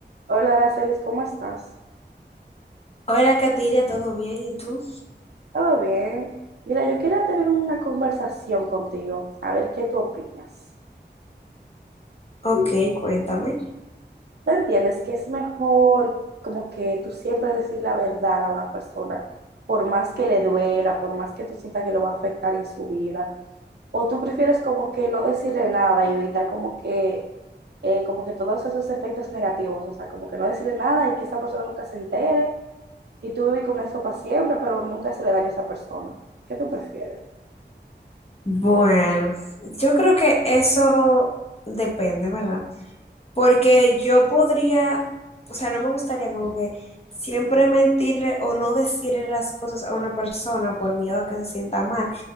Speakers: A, on the right; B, on the left.
A: Hola, Aracelis, ¿cómo estás?
B: Hola, Katiria, ¿todo bien? ¿Y tú?
A: ¿Todo bien? Mira, yo quería tener una conversación contigo, a ver qué tú opinas.
B: Ok, cuéntame.
A: ¿Tú entiendes que es mejor como que tú siempre decir la verdad a una persona, por más que le duela, por más que tú sientas que lo va a afectar en su vida? ¿O tú prefieres como que no decirle nada y evitar como que, eh, como que todos esos efectos negativos? O sea, como que no decirle nada y que esa persona nunca se entere y tú vivir con eso para siempre, pero nunca se le daño a esa persona. ¿Qué tú prefieres?
B: Bueno, yo creo que eso depende, ¿verdad? Porque yo podría, o sea, no me gustaría como que siempre mentirle o no decirle las cosas a una persona por miedo a que se sienta mal,